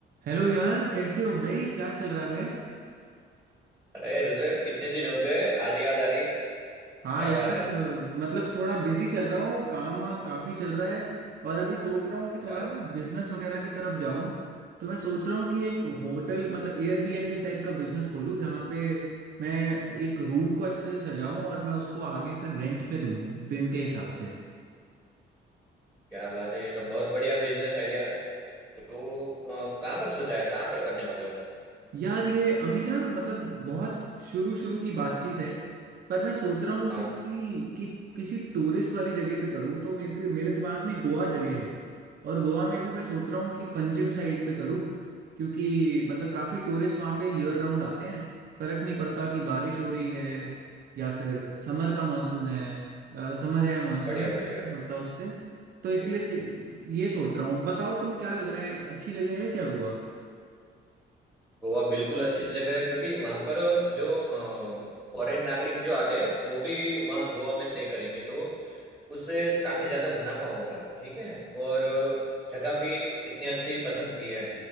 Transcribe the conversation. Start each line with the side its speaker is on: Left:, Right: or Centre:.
Right: Hello यार कैसे हो भाई क्या चल रहा है
Centre: अरे रुद्र कितने दिन हो गए आज याद आ रही है
Right: हाँ
Centre: क्या
Right: यार
Centre: बात है
Right: अ, मतलब थोड़ा बिजी चल रहा हूँ काम वाम काफी चल रहा है और अभी सोच रहा हूँ कि
Centre: अच्छा
Right: थोड़ा ना बिजनेस वगैरह की तरफ जाऊँ तो मैं सोच रहा हूँ कि एक
Centre: क्या,
Right: होटल मतलब एयरबीएनबी टाइप का बिजनेस खोलूँ जहाँ पे मैं एक रूम को अच्छे से सजाऊँ और मैं उसको आगे फिर रेंट पे दूँ दिन के हिसाब से
Centre: क्या बात है ये तो बहुत बढ़िया बिजनेस आइडिया है तो अ, कहाँ पर सोचा है कहाँ पर करने वाले हो
Right: यार ये अभी ना मतलब बहुत शुरू शुरू की बातचीत है पर मैं सोच रहा हूँ
Centre: हाँ
Right: क्योंकि कि, किसी टूरिस्ट वाली जगह पे करूँ तो मेरे मेरे दिमाग में गोवा जगह है और गोवा में भी मैं सोच रहा हूँ कि पंजिम साइड पे करूँ क्योंकि मतलब काफ़ी टूरिस्ट वहाँ पे ईयर राउंड आते हैं फर्क नहीं पड़ता कि बारिश हो रही है या फिर समर का मानसून है समर है या मानसून
Centre: बढ़िया
Right: है नहीं
Centre: बढ़िया
Right: पड़ता उससे तो इसलिए
Centre: जी
Right: ये सोच रहा हूँ बताओ तुम क्या लग रहा है अच्छी जगह है क्या गोवा
Centre: गोवा बिल्कुल अच्छी जगह है क्योंकि वहाँ पर जो फॉरेन नागरिक जो आते हैं वो भी वहाँ गोवा में स्टे करेंगे तो उससे काफी ज्यादा मुनाफा होगा ठीक है और अ, जगह भी इतनी अच्छी पसंद की है